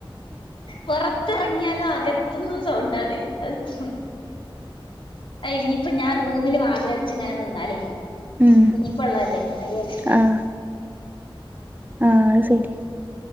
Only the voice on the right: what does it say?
ഉം
ആഹ് ആഹ് അത് ശരി